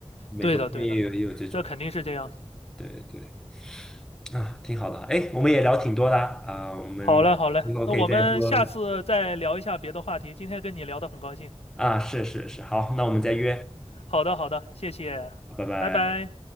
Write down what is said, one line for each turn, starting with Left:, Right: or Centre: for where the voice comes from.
Centre: 美国那边也有也有这种，
Left: 对的，对的，这肯定是这样的
Centre: 对对啊，挺好的。哎，我们也聊挺多的啊，啊我们之后可以再多。
Left: 好嘞，好嘞，那我们下次再聊一下别的话题。今天跟你聊得很高兴。
Centre: 啊，是是是，好，那我们再约，
Left: 好的，好的，谢谢，
Centre: 拜拜。
Left: 拜拜。